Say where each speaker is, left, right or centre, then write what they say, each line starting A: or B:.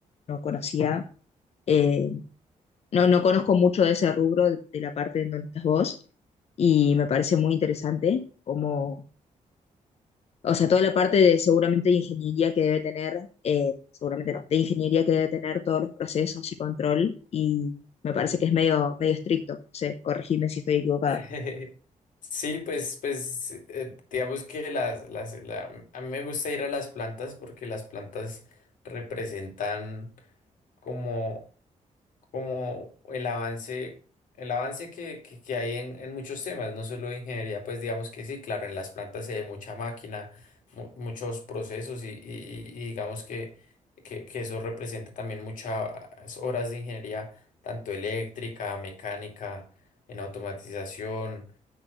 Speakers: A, on the left; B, on the left.
A: no conocía, eh, no, no conozco mucho de ese rubro, de la parte en donde estás vos, y me parece muy interesante cómo O sea, toda la parte de seguramente de ingeniería que debe tener, eh, seguramente no, de ingeniería que debe tener todos los procesos y control, y me parece que es medio, medio estricto, no sé, corregirme si estoy equivocada.
B: <laughs> Sí, pues, pues eh, digamos que las, las, la- a mí me gusta ir a las plantas porque las plantas representan como como el avance, el avance que, que- que hay en, en muchos temas, no solo de ingeniería, pues digamos que sí, claro, en las plantas se hay mucha máquina, mu- muchos procesos y, y- y- y digamos que, que, que eso representa también muchas horas de ingeniería, tanto eléctrica, mecánica, en automatización,